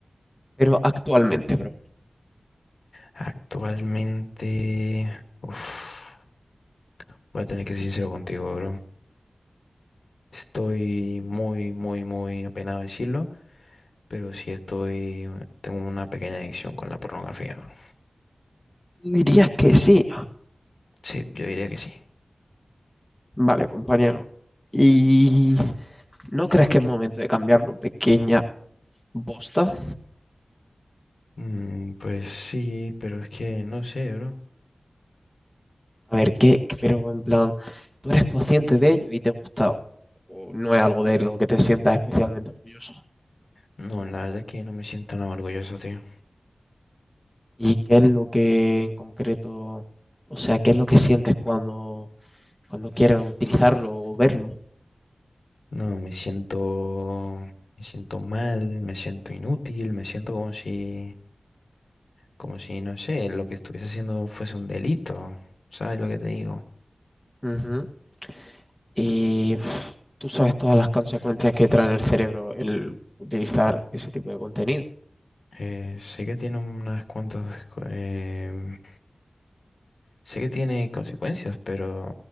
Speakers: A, in the centre; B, on the left.
A: Pero actualmente, bro.
B: Actualmente. Uf, voy a tener que ser sincero contigo, bro. Estoy muy, muy, muy apenado de decirlo, pero sí estoy. Tengo una pequeña adicción con la pornografía, bro.
A: ¿Tú dirías que sí?
B: Sí, yo diría que sí.
A: Vale, compañero. ¿Y no crees que es momento de cambiarlo, pequeña bosta?
B: Mm, pues sí, pero es que no sé, bro.
A: A ver, ¿qué? Pero en plan, ¿tú eres consciente de ello y te gusta o no es algo de lo que te sientas especialmente orgulloso?
B: No, la verdad es que no me siento nada orgulloso, tío.
A: ¿Y qué es lo que en concreto, o sea, qué es lo que sientes cuando, cuando quieres utilizarlo o verlo?
B: No, me siento. Me siento mal, me siento inútil, me siento como si. Como si, no sé, lo que estuviese haciendo fuese un delito. ¿Sabes lo que te digo?
A: Ujú. Y pf, tú sabes todas las consecuencias que trae en el cerebro el utilizar ese tipo de contenido.
B: Eh, sé que tiene unas cuantas... co- em, sé que tiene consecuencias, pero